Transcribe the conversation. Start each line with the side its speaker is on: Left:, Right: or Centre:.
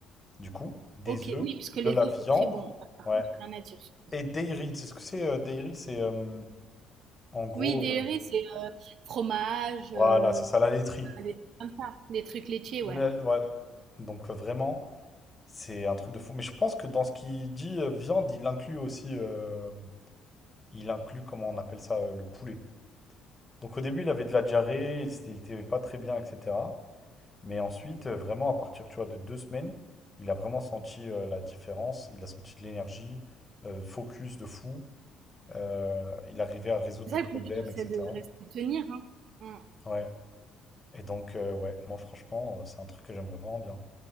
Left: du coup, des
Right: OK,
Left: œufs,
Right: oui, parce que
Left: de
Right: les
Left: la
Right: œufs,
Left: viande,
Right: c'est très bon, parce
Left: ouais.
Right: qu'il rien à dire sur les
Left: Et
Right: œufs.
Left: dairy, tu sais ce que c'est euh, dairy? C'est euh, en gros,
Right: Oui, des
Left: euh,
Right: riz, c'est euh, fromage,
Left: voilà,
Right: euh,
Left: c'est ça, la laiterie.
Right: des trucs comme ça, des trucs laitiers,
Left: La-
Right: ouais.
Left: voilà. Donc euh, vraiment, c'est un truc de fou. Mais je pense que dans ce qu'il dit euh, viande, il inclut aussi, euh, il inclut, comment on appelle ça, euh, le poulet. Donc au début, il avait de la diarrhée, il s- il était pas très bien, etc. Mais ensuite, euh, vraiment, à partir, tu vois, de deux semaines, il a vraiment senti euh, la différence. Il a senti de l'énergie, euh, focus de fou. Euh, il arrivait à résoudre
Right: C'est
Left: des
Right: ça
Left: problèmes,
Right: le plus dur, c'est
Left: etc.
Right: de rester tenir, hein. Mm.
Left: Ouais. Et donc, euh, ouais, moi, franchement, euh, c'est un truc que j'aimerais vraiment bien.